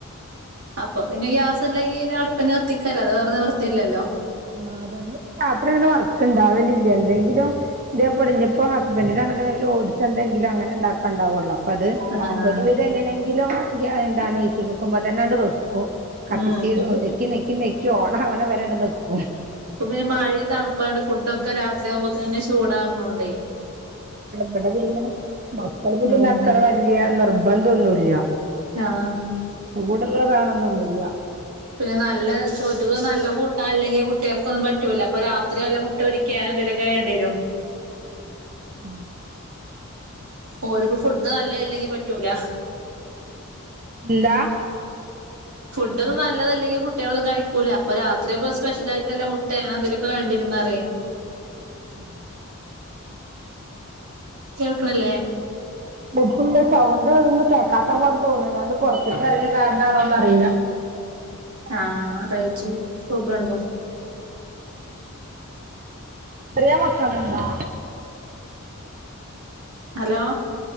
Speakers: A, on the right (about 85°); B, on the right (about 35°).
A: അപ്പൊ പിന്നെ ഗ്യാസ് ഇല്ലെങ്കിൽ അട്പ്പാന്നെ കത്തിക്ക അല്ലാതെ വേറെ നിവൃത്തിയില്ലല്ലോ
B: ആ അതതെ രാത്രി അങ്ങനെ വർക്ണ്ടാവലില്ല എന്തെങ്കിലും. ഇതേപോലെ ഇന്നപ്പോ ഹസ്ബന്റ് ആണെങ്കിൽ ഓഡസ് എന്തെങ്കിലും അങ്ങനെ ഇണ്ടാക്കണ്ടാവൊള്ളോ അത്
A: ആഹ്
B: ഒരുവിധം എങ്ങനെങ്കിലും എന്താണ് ഏച്ചി കുക്കുമ്പോ തന്നെണ്ട് വെക്കും കത്തിക്ക്
A: ഉം ഇപ്പൊ
B: നെക്കി നെക്കി നെക്കി ഓട അവണ വരണ്ട നക്കൂ
A: അപ്പൊപിന്നെ മഴയും തണുപ്പായിണ്ട് ഫുഡ ഒക്കെ രാത്രിയാമ്പോത്തന്ന്നെ ചൂടാർണൊണ്ടേ
B: പിന്നെ മക്കൾക്ക്
A: ഉം
B: പിന്നെ അത്ര വലിയ നിർബന്ധംഒന്നുമല്ല
A: ആഹ്
B: ചൂടുള്ള വേണന്നൊന്നുല്യ
A: പിന്നെ നല്ല, ചോറ്റ്ക്ക് നല്ല കൂട്ടാൻല്ലെങ്കി കുട്ട്യാക്കൊന്നും പറ്റൂല. അപ്പൊ രാത്രി വല്ല മു മുട്ട പരിക്കൊ എതലും ചൊയണ്ടി വരും.
B: ഉം
A: ഓര്ക്ക് ഫുഡ് നല്ല ഇല്ലെങ്കി പറ്റൂല
B: എന്താ
A: ഫുഡന്നും നല്ലെതല്ലങ്കി കുട്ടിഅളൊന്നും കഴിക്കൂല്ല പ്പ രാത് അത്ര സ്പെഷല ആയിട്ടല്ല മുട്ട എന്തെലുമൊക്കെ വേണ്ടരുന്നാറേ
B: <unintelligible>
A: കേൾക്ക്ണ്ല്ലേ
B: എപ്പണ്ട് സൗണ്ട്ന്ന് കേൾക്കാത്ത പോലെ തോന്നുന്നു ഞൻത് പുറത്തക്കറിങ്ങ കാരണമാണോന്ന അറിയില്ല
A: ആഹ് കയിച്ചു പ്രോബ്ലം ണ്ടോ
B: ത്രേം മക്കള്ണ്ടാ
A: ഹലോ